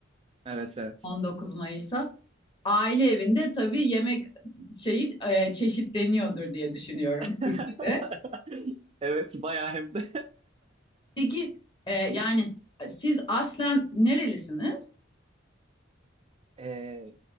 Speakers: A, on the right; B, on the left.
A: Evet, evet.
B: 19 Mayıs. aile evinde tabii yemek şeyi e, çeşitleniyordur diye düşünüyorum
A: <laughs>
B: Türkiye'de.
A: Evet, bayağı hem de.
B: Peki e, yani siz aslen nerelisiniz?
A: <laughs> Ee,